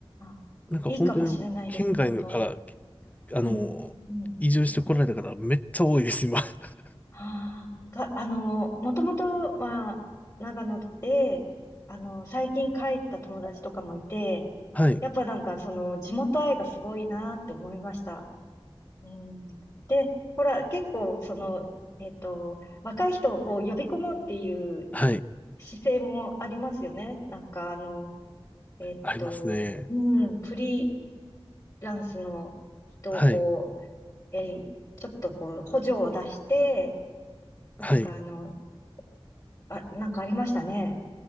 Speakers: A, on the left; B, on the left.
A: あ、
B: なんか本当にあの県外のから、
A: いいかもしれないです、本当。
B: あの、
A: うん。うん。
B: 移住してこられた方めっちゃ多いです、今。<laughs>
A: ああ、が、あの、もともとは長野で、あの、最近帰った友達とかもいて、
B: はい。
A: やっぱなんかその地元愛がすごいなって思いました。うん。で、ほら、結構その、えっと、若い人をこう呼び込もうっていう
B: はい。
A: 姿勢もありますよね。なんかあの、えっと、
B: ありますね。
A: うん、フリーランスの人をこ
B: はい。
A: う、えーちょっとこう補助を出して、なんかあの、
B: はい。
A: あ、なんかありましたね。